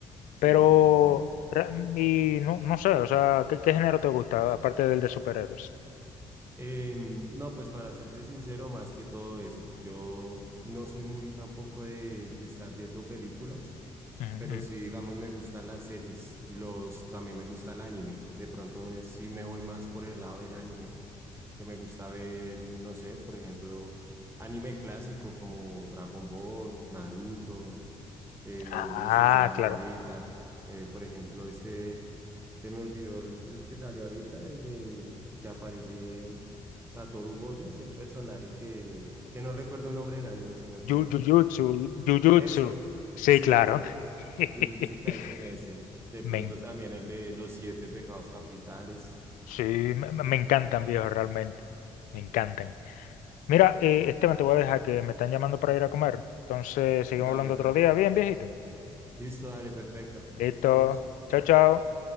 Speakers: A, on the right; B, on the left.
A: Sí,
B: Pero,
A: sí, te entiendo.
B: re- y no, no sé, o sea, ¿qué, qué género te gusta aparte del de superhéroes?
A: Em, no, pues para serte sincero, más que todo ese. Yo no soy muy tampoco de, de estar viendo películas,
B: Ujú,
A: pero
B: ujú.
A: sí, digamos, me gustan las series y los, también me gusta el anime. De pronto, eh, sí me voy más por el lado del anime. que me gusta ver, no sé, por ejemplo, anime clásico como Dragon Ball, Naruto, eh,
B: Ah,
A: los que salen
B: claro.
A: ahorita. Eh, por ejemplo, este, se me olvidó el, el que sale ahorita, el de que aparece Satoru Gojo, es el personaje que, que no recuerdo el nombre del anime, se me fue.
B: Yu- Jujutsu, Jujutsu.
A: Eso,
B: Sí,
A: sí,
B: claro.
A: ese,
B: <laughs>
A: Jujutsu Kaisen, ese. De
B: Me,
A: pronto también el de los siete pecados capitales.
B: sí, me, me encantan, viejo, realmente. Me encantan. Mira, eh, Esteban, te voy a dejar que me están llamando para ir a comer. Entonces, seguimos
A: Dale,
B: hablando otro día. Bien, viejito.
A: listo, dale, perfecto. Aquí
B: Listo.
A: estamos.
B: Chao, chao.